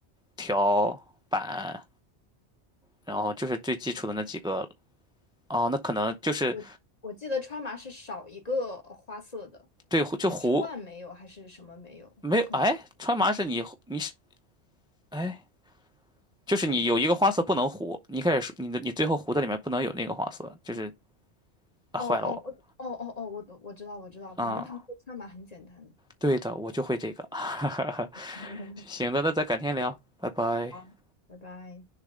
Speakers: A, in the centre; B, on the left (about 35°).
A: 条板，然后就是最基础的那几个。哦，那可能就是
B: 我我记得川麻是少一个花色的，
A: 对就胡
B: 是万没有还是什么没有？
A: 没有，
B: 统，
A: 哎，川麻是你你是哎，就是你有一个花色不能胡，
B: 反正
A: 你一开始说你的你最后胡的里面不能有那个花色，就是啊坏了我，
B: 哦哦哦哦哦，哦我我知道我知道，反正他们说川麻很简单的。
A: 嗯，对的，我就会这个，<laughs>
B: <laughs>
A: 行的，那咱改天聊，拜拜。
B: 好，拜拜。